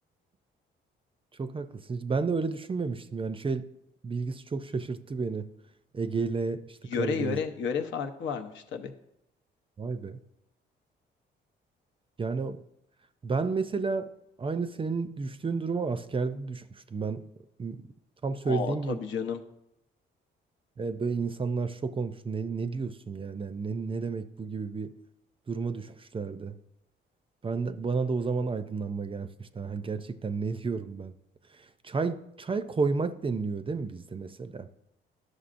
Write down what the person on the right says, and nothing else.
Çok haklısın. Hiç- Ben de öyle düşünmemiştim. Yani şey bilgisi çok şaşırttı beni. Ege ile işte
Karadeniz.
Vay be. Yani Ben mesela aynı senin düştüğün duruma askerde düşmüştüm. Ben m, tam söylediğin
gibi
e, böyle insanlar şok olmuş. Ne, ne diyorsun yani? Yani Ne, ne demek bu gibi bir duruma düşmüşlerdi. Ben de, bana da o zaman aydınlanma gelmişti. Ha, gerçekten ne diyorum ben? Çay çay koymak deniliyor değil mi bizde mesela?